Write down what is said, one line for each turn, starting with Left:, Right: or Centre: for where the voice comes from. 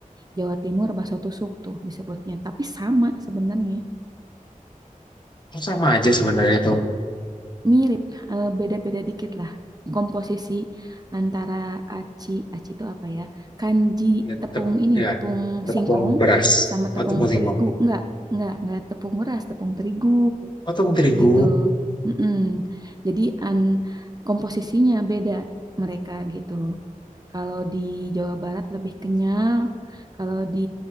Right: Jawa Timur bakso tusuk tuh disebutnya, tapi sama sebenarnya,
Left: Oh, sama aja sebenarnya tuh.
Right: mirip, eh, beda-beda dikit lah. Komposisi antara aci, aci itu apa ya? Kanji
Left: Ya,
Right: tepung
Left: tepung,
Right: ini,
Left: ya,
Right: tepung
Left: tepung
Right: singkong
Left: beras.
Right: sama tepung
Left: atau tepung singkong.
Right: terigu. Enggak, enggak, enggak tepung beras, tepung terigu.
Left: Oh, tepung terigu.
Right: gitu. Mm-mm. Jadi an komposisinya beda mereka gitu. Kalau di Jawa Barat lebih kenyal, kalau di